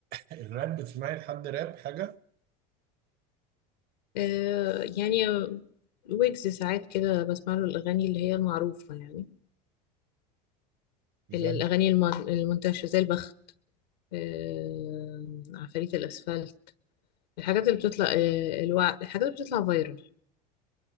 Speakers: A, on the right; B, on the left.
A: الراب بتسمعي لحد راب حاجة
B: آه يعني ويجز ساعات كده بسمع له الأغاني اللي هي المعروفة يعني
A: زي
B: ال- الأغاني الم- المنتشرة زي البخت آه عفاريت الأسفلت الحاجات اللي بتطلع آه الوع... الحاجات اللي بتطلع فايرال